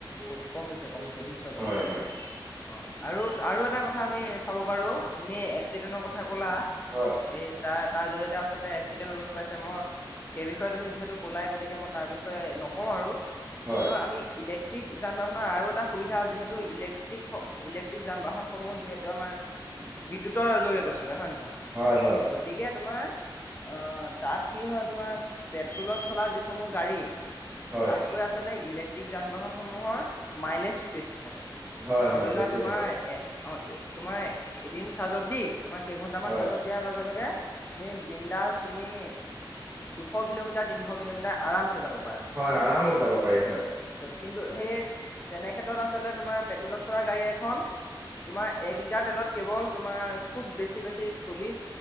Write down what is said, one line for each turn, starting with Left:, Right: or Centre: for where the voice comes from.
Left: ক'ত কমিছে, কমিছে, নিশ্চয় কমিছে।
Right: হয় হয়।
Left: অ', আৰু আৰু এটা কথা আমি চাব পাৰোঁ তুমি এক্সিডেণ্টৰ ক থা ক'লা
Right: হয়
Left: এই তাত তাৰ জৰিয়তে আলতে এক্সিডেণ্ট ৰোধ পাইছে, মই সেই বিষয়ে তুমি যিহেতু ক'লাই গতিকে মই তাৰ বিষয়ে বিষয়ে নকওঁ আৰু
Right: হয়
Left: কিন্তু আমি ইলেক টিক যান বাহনৰ আৰু এটা সুবিধা যিহেতু স ইলেক্ট্ৰিক ইলেক্ট্ৰিক যান বাহনসমূহ যিহেতু আমাৰ বিদ্যুতৰ জৰিয়তে চলে হয় নহয়
Right: হয় হয়
Left: গতিকে তোমাৰ আ, তাত কি হয় তোমাৰ পেট্ৰলত চলা যিসমূহ গাড়ী
Right: হয়
Left: তাতকৈ আচলতে ইলেক্ট্ৰিক যান বাহনসমূহৰ মাইলেজ বেছি থাকে।
Right: হয় হয়
Left: ধৰি লোৱা
Right: বেছি
Left: তোমাৰ
Right: থাকে
Left: এ, অ' এ, তোমাৰ এদিন চাৰ্জত দি তোমাৰ কেইঘন্টামান
Right: হয়
Left: চাৰ্জত দি দিয়াৰ লগে লগে তুমি বিন্দাচ তুমি দুশ কিলোমিটাৰ, তিনিশ কিলোমিটাৰ আৰামছে যাব
Right: হয় আৰামত যাব পাৰি হয়।
Left: কৰি কিন্তু সেই তেনেক্ষেত্ৰত আচলতে তোমাৰ পেট্ৰলত চল গাড়ী এখন তোমাৰ এক লিটাৰ তেলত কেৱল তোমাৰ খুব বেছি বেছি চল্লিছ